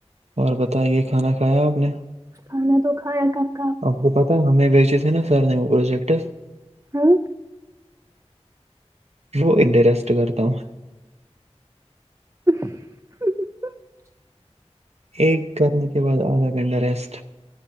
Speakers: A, on the right (about 70°); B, on the right (about 25°).
A: اور بتائیے کھانا کھایا آپ نے
B: کھانا تو کھایا کافی
A: ہم کو پتہ ہمیں بیچے تھے نا سر نے وہ پروجیکٹ
B: ہاں
A: وہ انٹ رسٹ کرتا ہوں
B: ہنو ہوں ہوں
A: ایک کرنے کے بعد آدھا گھنٹہ ریسٹ